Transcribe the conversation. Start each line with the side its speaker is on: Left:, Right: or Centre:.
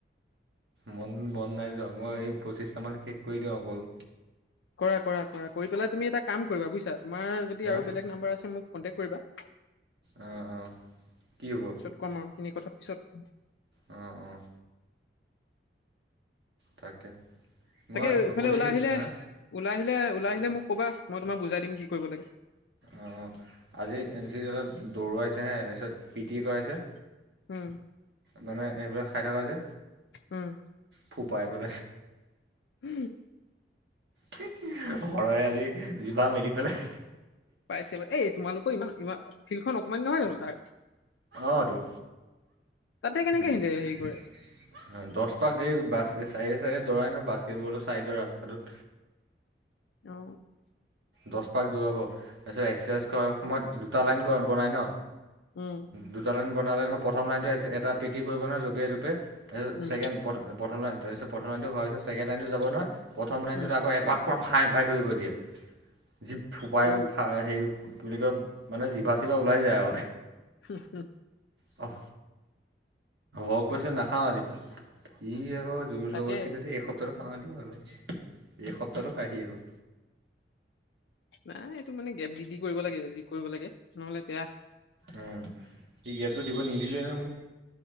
Right: মন বন নাই যোৱা মই এই পঁচিছটামান শেষ কৰি দিওঁ অকল।
Left: কৰা -কৰা -কৰা কৰি পেলাই তুমি এটা কাম কৰিব বুইছা তোমাৰ যদি
Right: হা
Left: আৰু বেলেগ নাম্বাৰ আছে মোক কণ্টেক্ট কৰিবা।
Right: অ', অ', কি হ'ব?
Left: পিছত কম আৰু এইখিনি কথা পিছত
Right: অ', অ', তাকে মই
Left: তাকে এইফালে
Right: সুধিছি
Left: ওলাই আহিলে
Right: হা
Left: ওলাই আহিলে ওলাই আহিলে মোক ক'বা মই তোমাক বুজাই দিম কি কৰিব লাগে
Right: অ আজি এন চি এলত দৌৰৱাইছেহে তাৰপিছত পি টি কৰাইছে
Left: উম
Right: মানে এইবিলাক খাই থকা যে
Left: উম
Right: ফুপাই পেলাইছে
Left: উ
Right: হে হে সৰাই আজি জিভা মেলি পেলাই
Left: পাইছে বা এই তোমালোকৰ ইমান ইমান ফিল্ডখন অকনমানি নহয় জানো তাৰ
Right: অ তো
Left: তাতে কেনেকে
Right: উম
Left: সিহঁতে হেৰি কৰে।
Right: দছ পাক এই বাছ চাইডে চাইডে দৰাই নহয় বাস্কেটবলৰ চাইডৰ ৰাস্তাটোত
Left: অ
Right: দহ পাক দৌৰাব তাৰপিছত এক্সাৰচাইজ কৰাৰ সময়ত দুটা লাইন ক বনাই ন
Left: উম
Right: দুটা লাইন বনালে ধৰ প্ৰথম লাইনটো এক এটা পিটি কৰিব নহয় জপিয়াই জপিয়াই এ
Left: উম
Right: ছেকেণ্ড প্ৰথম লাইন তাৰপিছ প্ৰথম লাইনটো হোৱাৰ পিছ‌ত ছেকেণ্ড লাইনটো যাব নহয় প্ৰথম লাইনটো
Left: উম
Right: আকৌ এপাক পুৰা ফাই ফাই দৌৰিব দিয়ে জি ফোপাই
Left: ঔ
Right: ফা হে কি বুলি কয় মানে জিভা চিভা ওলাই যায় আও
Left: হু হু
Right: অফ অ কৈছো নাখাও আজিপা হি আকৌ জোৰ
Left: তাকে।
Right: জবৰদস্তি কৈছে এইস প্তাহটো কা ধৰি আৰু এইসপ্তাহটো খাহি আৰু
Left: নাই এইটো মানে গেপ দি দি কৰিব লাগে যি কৰিব লাগে নহলে বেয়া
Right: উম সি গেপটো দিব নিদিলে নহয় মোক